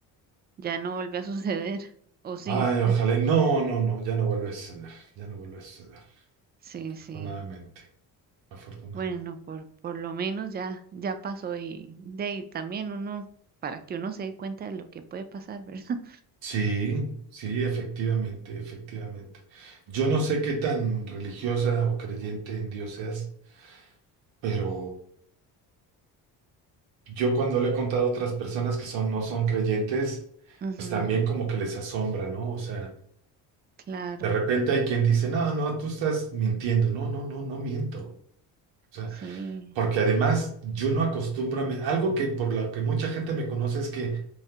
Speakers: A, on the right; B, on the right.
A: ya no volvió a <laughs> suceder. O sí,
B: Ay, ojalá. y- No, no, no, ya no vuelve a suceder, ya no vuelve a suceder,
A: sí, sí.
B: afortunadamente, afortunadamente.
A: Bueno, por, por lo menos ya, ya pasó y de ahí también uno, para que uno se dé cuenta de lo que puede pasar, ¿verdad?
B: Sí, sí, efectivamente, efectivamente. Yo no sé qué tan religiosa o creyente en Dios seas, pero yo cuando le he contado a otras personas que son, no son creyentes,
A: <laughs> Ujú,
B: pues también como que les asombra, ¿no? O sea,
A: claro.
B: de repente hay quien dice, no, no, tú estás mintiendo. No, no, no, no miento. O sea,
A: Sí,
B: porque además yo no acostumbro a, men- algo que por lo que mucha gente me conoce es que